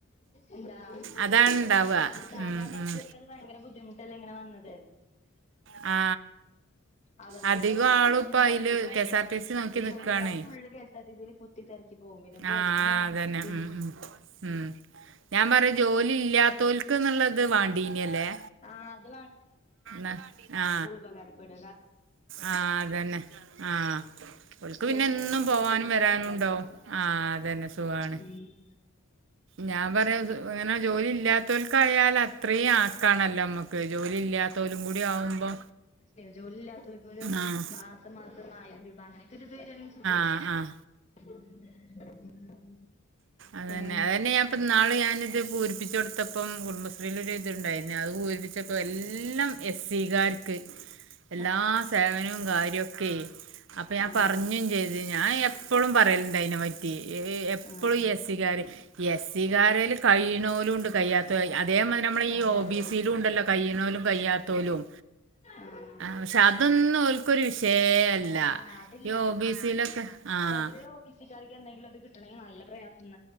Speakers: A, on the left; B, on the right.
A: എന്ത
B: അതാണ്
A: ഇപ്പ
B: ഇണ്ടാവ
A: സാധാ
B: ഉം
A: ബസാർക്കത്
B: ഉം
A: ഭയങ്കര ബുദ്ധിമുട്ടല്ലേ ഇങ്ങനെ വന്നത്.
B: ആ
A: അവർക്കിപ്പോ
B: അധികം
A: വല്യ
B: ആളും
A: ഓട്ടൊന്നും
B: ഇപ്പ
A: ഉണ്ടാവില്ലേ
B: അയില്
A: കാരണം
B: കെഎസ്ആർ ടി സി നോക്കി
A: ഈ
B: നിക്കാണേ.
A: ജോലിക്കാര് Full K S R T സിയിൽ കുത്തി തിരക്കി പോകും പിന്നെ ഇപ്പൊ
B: ആ
A: ഓൽക്കും പോവാൻ
B: അതന്നെ
A: ഇത് വേണ്ടേ
B: ഉം ഉം ഉം ഞാൻ പറയാ ജോലി ഇല്ലാത്തോൽ ക്ക്‌ന്ന്ള്ളത് വാണ്ടീനിയല്ലേ
A: ആഹ് അത്
B: നഷ് ആ
A: ഉകാരപ്പെട
B: ആഹ അതന്നെ ആഹ ഒക്ക് പിന്നെ
A: ഓൽക്ക്
B: എന്നും
A: ഡെയിലി
B: പോവാനും
A: പൈസ കൊടുക്കാതെ
B: വരാനും
A: സുഖായിട്ട്
B: ഉണ്ടോ
A: പോവാ
B: ആഹ അതന്നെ സുഖാണ്
A: ഉം
B: ഞാൻ പറയാ അങ്ങനെ ജോലിയില്ല ഇല്ലാത്തോൽ കായിയാൽ അത്രയും ആക്കാണല്ലോ നമ്മക്ക് ജോലി ഇല്ലാത്തോലും കൂടി ആവുമ്പോ
A: ജോലി ഇല്ലാത്തവർക്ക ഒരു
B: ആഹ്
A: മാസം മാസം ആയിരം രൂപ അങ്ങനൊക്കെ ഒരു ഇത് വരാണെങ്കി സുഖ
B: ആഹ ആഹ
A: <inaudible>
B: അതന്നെ
A: പിന്നെ
B: അതന്നെ ഞാൻ അപ്പം നാളെ ഞാനിത് പൂരിപ്പിച്ചച്ച് കൊടുത്തപ്പം കുടുംബശ്രീയിലൊരു ഇതുണ്ടായിരുന്നു അത് പൂരിപ്പിച്ചപ്പോൾ എല്ലാം എസ് സികാർക്ക്
A: <inaudible>
B: എല്ലാ സേവനവും കാര്യവുക്കെ അപ്പൊ ഞാൻ
A: ആഹ്
B: പറഞ്ഞും ചെയ്തു ഞാൻ എപ്പഴും പറയലുണ്ട് അതിനെ പറ്റി എപ്പോഴും
A: ആഹ്
B: <unintelligible> <unintelligible> എസീകരൽ കഴണലുംണ്ട് കഴി അ അതേ മതി നമ്മള ഈ
A: അതെ
B: ഒ
A: അതെ
B: ബി സയിലും ഉണ്ടല്ലോ കയ്യുന്നലും കയ്യാത്തലും
A: ആഹ്
B: പക്ഷെ അതൊന്നും ഓല്ക്കരു വിഷയ അല്ല
A: ആഹ് അതില്ല
B: ഈ ഒ ബി സിയിലൊക്കെ ആഹ്
A: പൊതുവെ ഓബിസിക്കാർക്ക് എന്തെങ്കിലും അത് കിട്ടണമെങ്കിൽ നല്ല പ്രയാസ